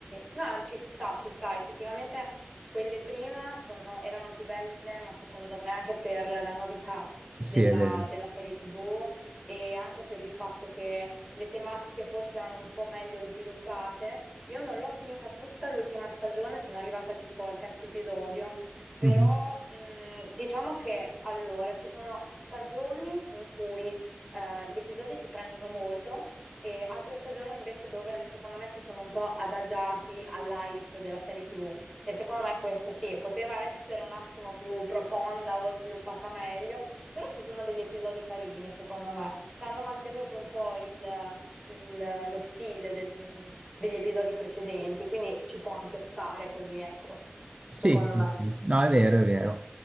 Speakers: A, in the centre; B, on the right.
A: no, ci sta, ci sta. Effettivamente quelle prima sono- erano più belle, ma secondo me anche per la novità
B: Sì,
A: della,
B: è vero.
A: della serie TV e anche per il fatto che le tematiche forse erano un po' meglio sviluppate. Io non l'ho finita tutta l'ultima stagione, sono arrivata tipo al terzo episodio, però
B: Mhm.
A: mh, diciamo che allora ci sono stagioni in cui eh, gli episodi ti prendono molto e altre stagioni invece dove secondo me si sono un po' adagiati all'hype della serie TV e secondo me questa sì, poteva essere un attimo più profonda o sviluppata meglio, però ci sono degli episodi carini secondo me, ci hanno mantenuto un po' il, il- lo stile del- degli episodi precedenti, quindi ci può anche stare così, ecco,
B: Sì,
A: secondo
B: sì,
A: me.
B: sì, no, è vero, è vero.